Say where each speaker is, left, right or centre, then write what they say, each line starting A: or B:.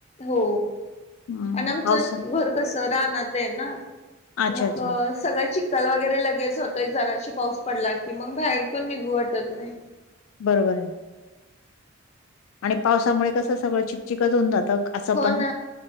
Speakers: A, on the left; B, on the left.
A: हो
B: हम्म,
A: आणि आमचं
B: पावसा
A: घर कसं राहण आहे ना
B: अच्छा
A: मग
B: अच्छा
A: सगळं चिक्खल वगैरे लगेच होतंय जराशी पाऊस पडला कि मग बाहेर पण निघू वाटत नाही
B: बरोबर आहे आणि पावसामुळे कसं सगळं चिकचिकच होऊन जातं असं
A: होन
B: पण